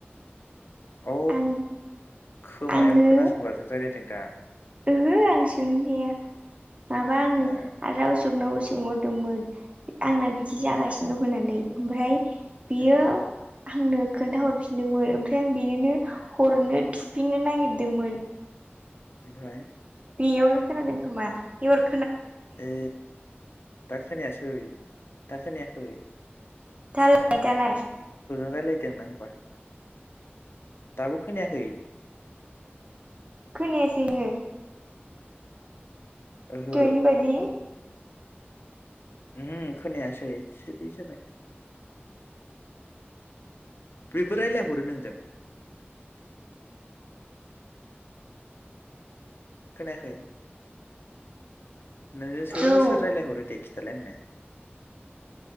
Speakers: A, on the left (about 65°); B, on the right (about 30°).
A: अ
B: आं
A: खोमायाव
B: आङो
A: खोनासंगाजों जाय। नोंथां
B: ओहो आं सों नोया माबा आङो
A: ए
B: आरो राव सोबनोबो। सोंहरदोंमोन। आंना बिदि
A: मा
B: जागासिनो
A: होनना
B: दं होननानै। ओमफ्राय बेयो
A: ए
B: आंनो खोन्था हरफिनदोंमोन ओमफ्राय आं बिनोनो हरनो थुफिननो नागिरदोंमोन।
A: ओमफ्राय
B: बेयावनो खोनादों खोमा एर
A: ए दाखोनायासै? दाखोनायाखै?
B: थाल <unintelligible> दालाय
A: रायज्लायदों नों होमबा। दाबो खोनायाखै?
B: खोनायासै नोङो?
A: ओहो
B: दहायनि बादि?
A: उम हो खोनायासै सिरि जाबाय। बेबो रायलायहरो नोंजों? खोनायाखै? नोंजो
B: मोनजौ
A: सोर सोर रायलायहरो दे खि थालाय आंनो